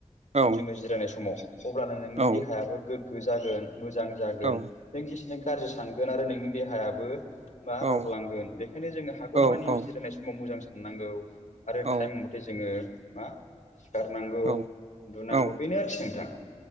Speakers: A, on the left; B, on the right.
A: उन
B: औ
A: जोङो जिरायनाय समाव अब्लानो नोंनि
B: औ
A: देहायाबो गोग्गो जागोन मोजां जागोन
B: औ
A: नों जेसेनो गाज्रि सानगोन आरो नोंनि देहायाबो बा रबलांगोन
B: औ
A: बेखायनो जोङो हागौमानि
B: औ औ
A: जिरायनाय समाव मोजां साननांगौ आरो
B: औ
A: थाइम मथे जोङो मा सिखारनांगौ
B: औ
A: उन्दुनांगौ
B: औ
A: बेनो आरोखि नोंथां